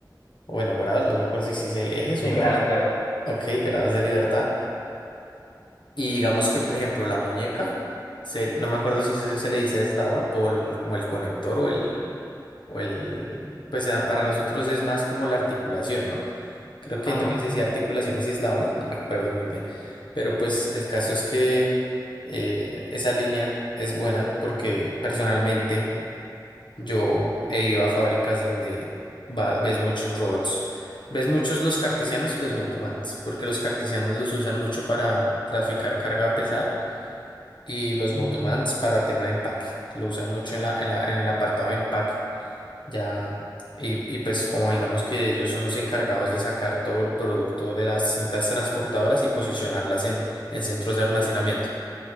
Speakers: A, on the left; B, on the left.
A: o bueno, grados, no me acuerdo si hice ejes
B: Sí,
A: o grados.
B: grados, grados.
A: Ok, grados de libertad. Y digamos que, por ejemplo, la muñeca, se- no me acuerdo si se, se le dice eslabón o el- como el conector o el... O el, pues ah, para nosotros es más como la articulación, ¿no? Creo que
B: Ajá.
A: ahí también se decía articulaciones y eslabones, no me acuerdo muy bien. Pero pues el caso es que eh, esa línea es buena porque personalmente yo he ido a fábricas donde va- ves muchos robots. Ves muchos los cartesianos y los motomans, porque los cartesianos los usan mucho para traficar carga pesada y los
B: Mm,
A: motomans para tema de empaque. Lo usan mucho en la, en la, en el apartado de empaque. Ya, y, y pues como digamos que ellos son los encargados de sacar todo el producto de las cintas transportadoras y posicionarlas en, en centros de almacenamiento.